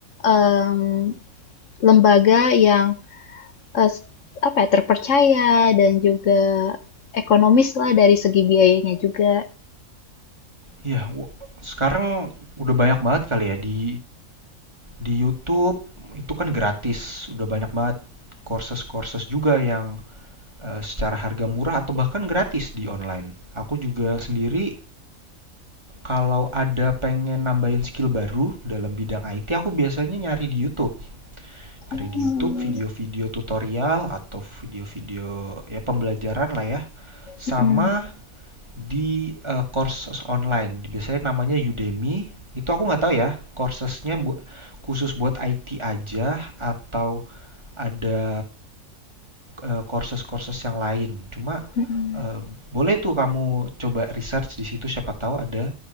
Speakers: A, on the left; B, on the right.
A: em, lembaga yang eh, apa ya, terpercaya dan juga ekonomis lah dari segi biayanya juga?
B: Iya, sekarang udah banyak banget kali ya di di YouTube itu kan gratis, udah banyak banget courses-courses juga yang eh, secara harga murah atau bahkan gratis di online. Aku juga sendiri kalau ada pengen nambahin skill baru dalam bidang IT, aku biasanya nyari di YouTube. Cari
A: Mmm,
B: di YouTube video-video tutorial atau video-video ya pembelajaran lah ya. Sama
A: mhm
B: di eh, courses online. Biasanya namanya Udemy. Itu aku nggak tahu ya, coursesnya bu- khusus buat IT aja atau ada eh, courses-courses yang lain. Cuma
A: mhm,
B: eh, boleh tuh kamu coba research di situ siapa tahu ada